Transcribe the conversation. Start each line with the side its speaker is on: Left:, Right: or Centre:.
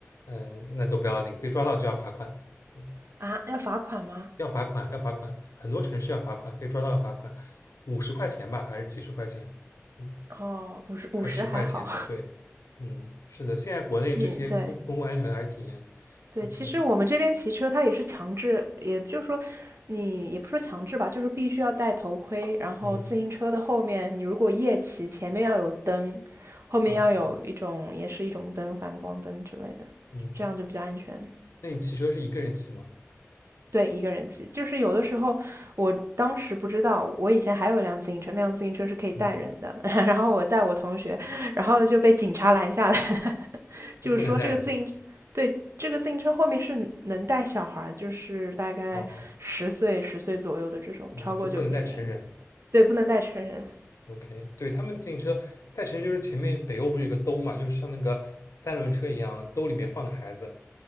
Left: 嗯，那都不要紧，被抓到就要罚款，嗯，
Right: 啊，要罚款吗？
Left: 要罚款要罚款，很多城市要罚款，被抓到要罚款，五十块钱吧，还是几十块钱，嗯，
Right: 哦，五十五十还好，
Left: 还十块钱，对，嗯，是的，现在国内这些公公共安全还是挺严
Right: <laughs> 骑对对，
Left: ，OK，
Right: 其实我们这边骑车它也是强制，也就是说你也不说强制吧，就是必须要戴头盔，然后自行车的后面你如果夜骑，
Left: 嗯。
Right: 前面要有灯，后面要有一种也是一种灯，
Left: 啊，
Right: 反光灯之类的，
Left: 嗯，
Right: 这样就比较安全。
Left: 那你骑车是一个人骑吗？
Right: 对，一个人骑，就是有的时候，我当时不知道，我以前还有一辆自行车，那辆自行车是可以带人的，
Left: 嗯，
Right: <laughs> 然后我带我同学，然后就被警察拦下来，<laughs> 就是说这个自行，
Left: 他不能带人是吧？
Right: 对，这个自行车后面是能带小孩就是大概十岁、
Left: 哦，
Right: 十岁左右的这种，
Left: 嗯，
Right: 超过就不行，
Left: 就不能带成人。
Right: 对，不能带成人。
Left: OK，对，他们自行车带成人就是前面北欧不是有个兜嘛，就是像那个三轮车一样，兜里面放个孩子。